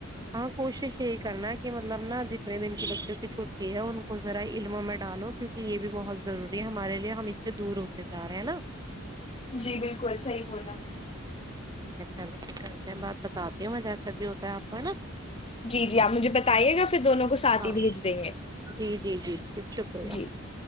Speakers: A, on the right; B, on the left.
A: ہاں کوشش یہی کرنا ہے کہ مطلب نا جتنے دن کی بچوں کی چھٹی ہے ان کو ذرا علموں میں ڈالو کیونکہ یہ بھی بہت ضروری ہے ہمارے لیے ہم اس سے دور ہوتے جا رہے ہیں نا
B: جی بالکل صحیح بولا
A: لا کرتے ہیں بات بتاات میں ج ایسا بھی ہوتا ہے آپ کا نا
B: جی جی آپ مجھے بتائیے گا پھر دونوں کو ساتھ
A: ہاں
B: ہی بھیج دیں گے
A: جی جی جی ٹھیک شکریہ
B: جی